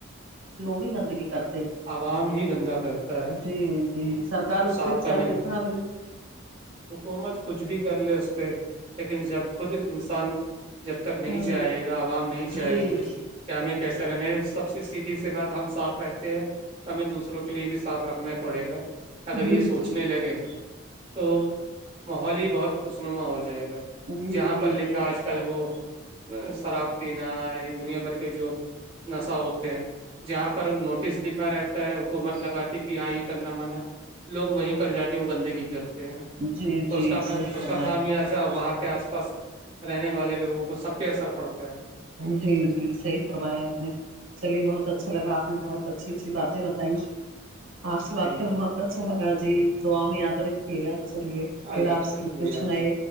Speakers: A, on the right; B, on the right.
A: لوگ ہی گندگی کرتے
B: عوام ہی گندا کرتا ہے
A: جی جی سرکار
B: اور
A: اس
B: صاف
A: پہ
B: کرنے
A: چاہے کتنا بھی
B: حکومت کچھ بھی کر لے اس پہ لیکن جب خود انسان جب تک نہیں
A: ہوں
B: چاہے گا عوام نہیں چاہے
A: جی
B: گی کہ ہمیں کیسے رہنا ہے سب سے سیدھی سی بات ہم صاف رہتے ہیں ہمیں دوسروں کے لیے بھی صاف رکھنا پڑے گا اگر
A: جی
B: یہ
A: جی
B: سوچنے لگے تو ماحول ہی بہت خوشنما ہو جائے گا
A: جی
B: جہاں
A: جی
B: پر لکھا
A: صحیح
B: آج
A: فرمایا
B: کل وہ شراب پینا یہ دنیا بھر کے جو نشہ ہوتے ہیں جہاں پر نوٹس لکھا رہتا ہے حکومت لگات کہ ہاں یہ کرنا من ہے لوگ وہیں پر جا کے وہ گندگی کرتے ہیں
A: جی
B: تو
A: جی
B: اس کاا
A: صحیح
B: اس
A: فرمایا
B: کا خا
A: آپ نے
B: آج <unintelligible> ا وہاں کے آس پاس رہنے والے لوگوں کو سب پہ اثر پڑتا ہے
A: جی جی صحی کروایا نے <unintelligible> چلیے بہت اچھا لاپ نے بہت اچھی اچھی بات بتیں آپ سے بات
B: جی
A: کر بہت اچھا لگا جی دعاؤں میں یاد رکھیے گا چلیے
B: اللہ
A: پھر آپ سے بھی
B: جی
A: کچھ نئے